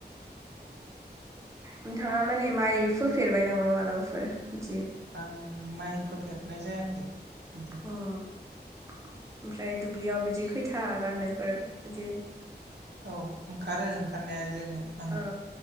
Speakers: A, on the right; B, on the right.
A: नोंथाङा माने माइ फोफेरबाय नामा मालाबाफोर बिदि
B: आं माइ फोफेरनाय जायाखै बिदि
A: अ ओमफ्राय दुब्लियाव बिदि खैथा राननोफोर बिदि
B: औ ओंखारो ओंखारनाया जोङो। आङो
A: ओ